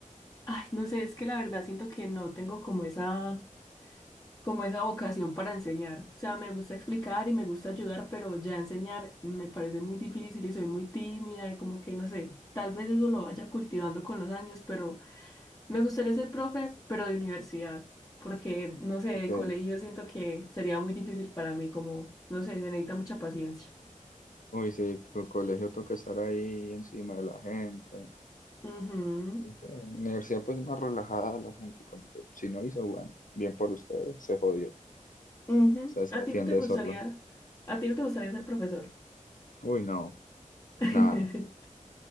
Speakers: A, on the left (about 25°); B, on the left (about 75°).
A: Ay, no sé, es que la verdad siento que no tengo como esa, como esa vocación para enseñar. O sea, me gusta explicar y me gusta ayudar, pero ya enseñar me parece muy difícil y soy muy tímida y como que no sé, tal vez eso lo vaya cultivando con los años, pero me gustaría ser profe, pero de universidad, porque no sé,
B: Ok.
A: de colegio siento que sería muy difícil para mí, como, no sé, se necesita mucha paciencia.
B: Uy, sí, co- colegio toca estar ahí encima de la gente,
A: Ujú,
B: En universidad pues más relajada la gente, como que si no hizo, bueno, bien por ustedes, se jodió. O
A: ujú.
B: sea, se
A: ¿A
B: defiende
A: ti no te gustaría,
B: solo.
A: a ti no te gustaría ser profesor?
B: Uy, no,
A: <laughs>
B: nada.